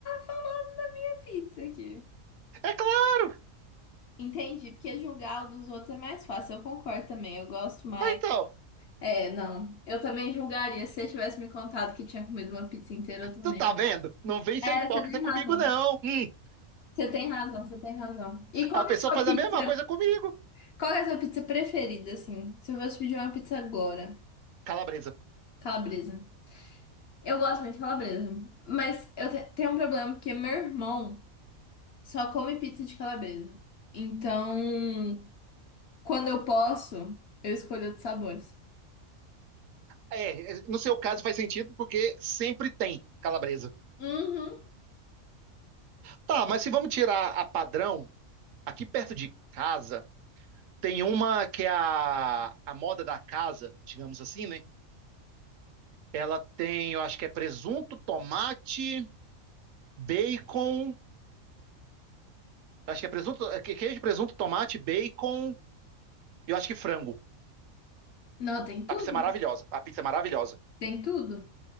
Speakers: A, on the left; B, on the right.
A: falando da minha pizza aqui.
B: É claro!
A: Entendi, porque julgar o dos outros é mais fácil. Eu concordo também, eu gosto mais.
B: Ah, Então,
A: É, não. Eu também julgaria. Se você tivesse me contado que tinha comido uma pizza inteira, eu também.
B: tu tá vendo? Não vem ser
A: É,
B: hipócrita
A: você tem
B: comigo,
A: razão.
B: não. Hum,
A: Você tem razão, você tem razão. E qual
B: a pessoa
A: que é a
B: faz
A: sua pizza?
B: a mesma coisa comigo.
A: Qual que é a sua pizza preferida, assim? Se eu fosse pedir uma pizza agora,
B: Calabresa.
A: calabresa. Eu gosto muito de calabresa, mas eu te- tenho um problema porque meu irmão. Só come pizza de calabresa. Então, quando eu posso, eu escolho outros sabores.
B: É, no seu caso faz sentido porque sempre tem calabresa.
A: Uhum.
B: Tá, mas se vamos tirar a padrão, aqui perto de casa tem uma que é a, a moda da casa, digamos assim, né? Ela tem, eu acho que é presunto, tomate, bacon. Acho que é presunto, é queijo, presunto, tomate, bacon. Eu acho que frango.
A: Não, tem tudo.
B: A pizza é maravilhosa. A pizza é maravilhosa.
A: Tem tudo.